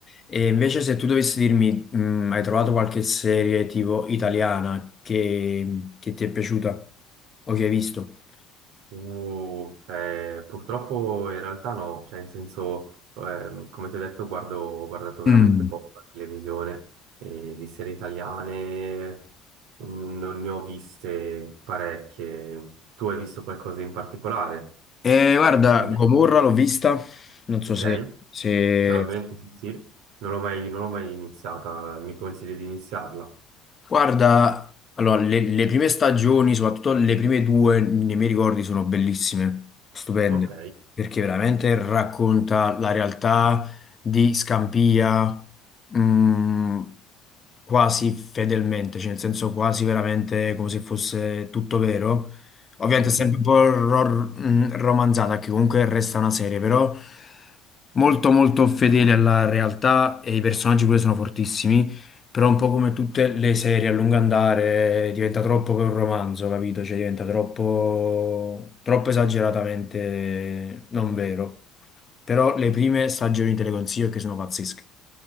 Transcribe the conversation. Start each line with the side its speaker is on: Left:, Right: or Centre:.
Left: E invece se tu dovessi dirmi, mh, hai trovato qualche serie tipo italiana che, che ti è piaciuta o che hai visto?
Right: Uh, eh, purtroppo in realtà no, cioè in senso, ehm, come ti ho detto, guardo, ho guardato veramente
Left: Mm.
Right: poco la televisione e di serie italiane mm, non ne ho viste parecchie. Tu hai visto qualcosa in particolare?
Left: Eh, guarda,
Right: Niente.
Left: Gomorra l'ho vista, non so
Right: Ok?
Left: se, se-
Right: Naturalmente, sì, sì. Non l'ho mai, non l'ho mai iniziata, mi consigli di iniziarla?
Left: Guarda, allora, le, le prime stagioni, soprattutto le prime due, nei miei ricordi sono bellissime, stupende,
Right: Ok.
Left: perché veramente racconta la realtà di Scampia, mh, quasi fedelmente, cioè nel senso quasi veramente come se fosse tutto vero. Ovviamente
Right: Mhm.
Left: è sempre un po' ro- mh, romanzata, che comunque resta una serie, però molto molto fedele alla realtà e i personaggi pure sono fortissimi. Però un po' come tutte le serie a lungo andare diventa troppo che un romanzo, capito? Cioè diventa troppo, troppo esageratamente non vero. Però le prime stagioni te le consiglio che sono pazzesche.